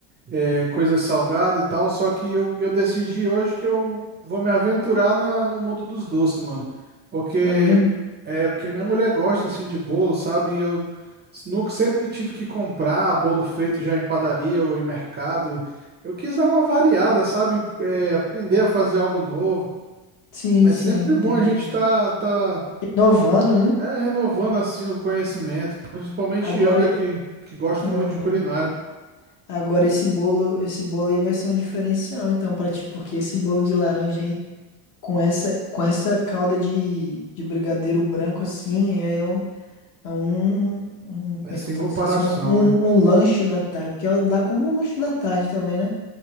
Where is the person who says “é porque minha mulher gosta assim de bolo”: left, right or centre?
Right